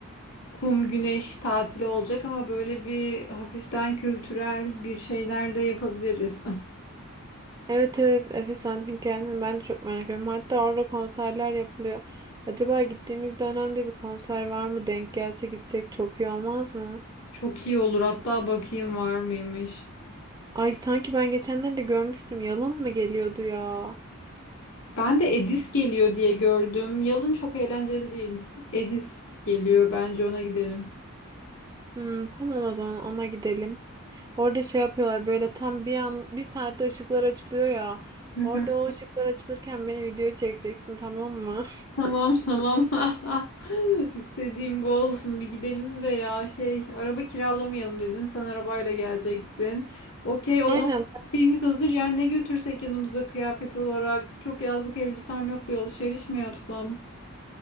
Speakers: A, on the left; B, on the right.
A: kum güneş tatili olacak ama böyle bir hafiften kültürel bir şeyler de yapabiliriz.
B: Evet evet Efes Antik Kenti'ni ben de çok merak ediyorum. Hatta orada konserler yapılıyor. Acaba gittiğimiz dönemde bir konser var mı? Denk gelse gitsek çok iyi olmaz mı?
A: <laughs> Çok iyi olur. Hatta bakayım var mıymış.
B: Ay sanki ben geçenlerde görmüştüm. Yalın mı geliyordu ya?
A: Ben de Edis geliyor diye gördüm. Yalın çok eğlenceli değil. Edis geliyor. Bence ona gidelim.
B: Hmm, tamam o zaman ona gidelim. Orada şey yapıyorlar böyle tam bir an bir saatte ışıklar açılıyor ya.
A: Hı hı.
B: Orada o ışıklar açılırken beni video çekeceksin tamam mı?
A: Tamam tamam. <laughs> İstediğim bu olsun. Bir gidelim de ya şey araba kiralamayalım dedin. Sen arabayla geleceksin. Okey o
B: <laughs> Aynen.
A: zaman şeyimiz hazır. Yani ne götürsek yanımızda kıyafet olarak. Çok yazlık elbisem yok. Bir alışveriş mi yapsam?